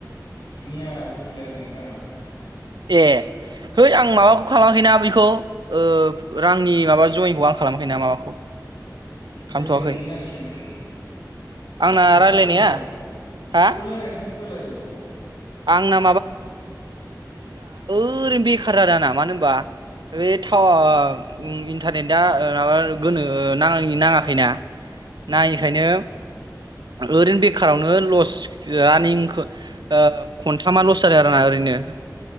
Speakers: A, on the left (about 85°); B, on the right (about 90°).
A: बिनिया जों लायरायनायनि राङा
B: ए है आं माबाखौ खालामाखैना बैखौ ओ रांनि माबा जयेनखौ आं खालामाखैना माबाखौ खालामथ'वाखै
A: जायखिजाया नुयोना बेसेबां जाखो ए
B: आंना रायलायनाया
A: खालामथ'वाखैमोन ओ
B: हा
A: लायरायनायाथ' बुरजा लायरायबाय थ'
B: आंना ओरै बेखार जा मानो होनबा बे थाव ओ ओम इन्टारनेटआ ओ माबा गोनो नाङा नाङाखैना नाङैखायनो
A: उम
B: ओरैनो बेखारावनो लस रानिंखो ओ खनथामा लस जादों आरोना ओरैनो